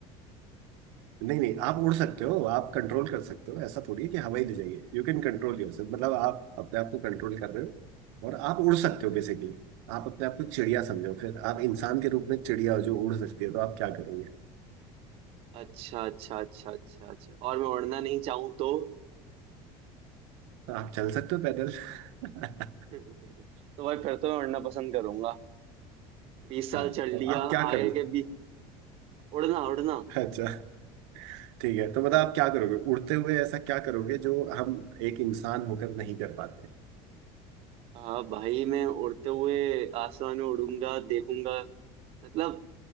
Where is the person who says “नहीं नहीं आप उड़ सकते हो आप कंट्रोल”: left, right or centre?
Right